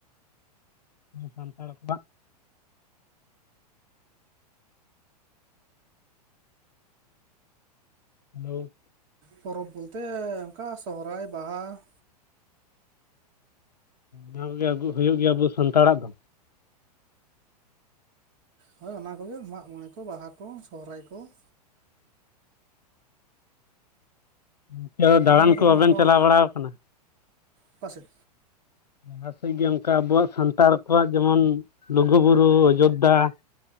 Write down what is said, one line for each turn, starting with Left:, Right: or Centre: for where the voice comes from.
Left: ᱥᱟᱱᱛᱟᱲ ᱠᱚᱣᱟᱻᱜ ᱾ <unintelligible>
Right: ᱯᱚᱨᱚᱵᱽ ᱵᱚᱞᱛᱮ ᱚᱱᱠᱟ ᱥᱚᱦᱚᱨᱟᱭ, ᱵᱟᱦᱟ ᱾
Left: <unintelligible> ᱟᱹᱜᱩ ᱦᱩᱭᱩᱜ ᱜᱮᱭᱟ ᱟᱵᱚ ᱥᱟᱱᱛᱟᱲᱟᱜ ᱫᱚ?
Right: ᱦᱳᱭ ᱚᱱᱟ ᱠᱚᱜᱮ ᱢᱟᱜᱽ ᱢᱚᱬᱮ ᱠᱚ ᱵᱟᱦᱟ ᱠᱚ ᱥᱚᱨᱦᱟᱭ ᱠᱚ ᱾
Left: <unintelligible> ᱫᱟᱬᱟᱱ
Right: ᱟᱞᱮ ᱱᱚᱛᱮ
Left: ᱠᱚ
Right: ᱫᱚ
Left: ᱵᱟᱵᱮᱱ
Right: ᱦᱟᱸᱜ ᱟᱨᱦᱚᱸ
Left: ᱪᱟᱞᱟᱣ ᱵᱟᱲᱟᱣᱟ ᱠᱟᱱᱟ?
Right: ᱚᱠᱟ ᱥᱮᱜ?
Left: ᱡᱟᱦᱟᱸ ᱥᱮᱜ ᱜᱮ ᱚᱱᱠᱟ ᱟᱵᱚᱣᱟᱜ ᱥᱟᱱᱛᱟᱲ ᱠᱚᱣᱟᱜ ᱡᱮᱢᱚᱱ ᱞᱩᱜᱩ ᱵᱩᱨᱩ ᱚᱡᱳᱫᱽᱫᱷᱟ ᱾